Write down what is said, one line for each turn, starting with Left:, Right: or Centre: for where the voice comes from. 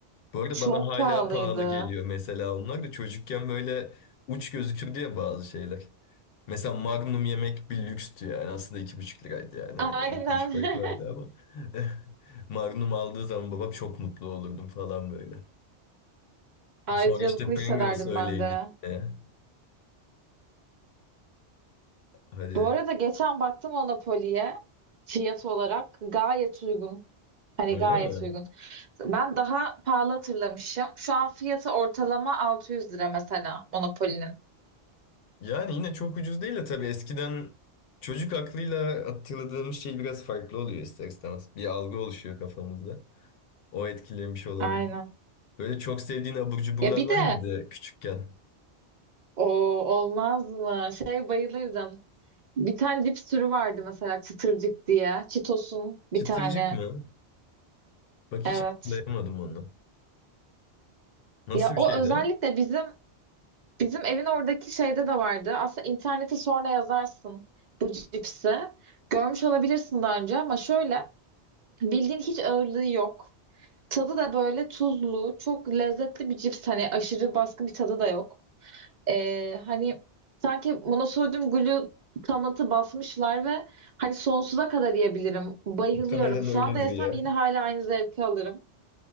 Left: Bu arada
Right: çok
Left: bana hala
Right: pahalıydı.
Left: pahalı geliyor mesela onlar da çocukken böyle uç gözükür diye bazı şeyler. Mesela Magnum yemek bir lükstü yani aslında iki buçuk liraydı yani
Right: Aynen.
Left: hani 50 kuruş fark
Right: <laughs>
Left: vardı ama <laughs> Magnum aldığı zaman babam çok mutlu olurdum falan böyle.
Right: Ayrıcalıklı
Left: Sonra işte
Right: hissederdim
Left: Pringles öyleydi
Right: ben de.
Left: yine. Hadi
Right: Bu arada geçen baktım Monopoly'ye fiyat olarak gayet uygun. Hani
Left: öyle
Right: gayet
Left: mi?
Right: uygun. Ben daha pahalı hatırlamışım. Şu an fiyatı ortalama 600 lira mesela Monopoly'nin.
Left: Yani yine çok ucuz değil de tabii eskiden çocuk aklıyla hatırladığımız şey biraz farklı oluyor ister istemez. Bir algı oluşuyor kafamızda. O etkilemiş olabilir.
Right: Aynen.
Left: Böyle çok sevdiğin abur cuburlar
Right: Ya bir
Left: var
Right: de
Left: mıydı küçükken?
Right: o olmaz mı? Şey bayılırdım. Bir tane cips türü vardı mesela çıtırcık diye. Cheetos'un
Left: Çıtırcık
Right: bir tane.
Left: mı? Bak hiç
Right: Evet.
Left: hatırlayamadım onu. Nasıl
Right: Ya
Left: bir
Right: o
Left: şeydi?
Right: özellikle bizim Bizim evin oradaki şeyde de vardı. Aslında internete sonra yazarsın bu cipsi. Görmüş olabilirsin daha önce ama şöyle bildiğin hiç ağırlığı yok. Tadı da böyle tuzlu, çok lezzetli bir cips. Hani aşırı baskın bir tadı da yok. Ee, hani sanki monosodyum glutamatı basmışlar ve hani sonsuza kadar yiyebilirim. Bayılıyorum.
Left: Muhtemelen
Right: Şu
Left: öyledir
Right: anda yesem
Left: ya.
Right: yine hala aynı zevki alırım.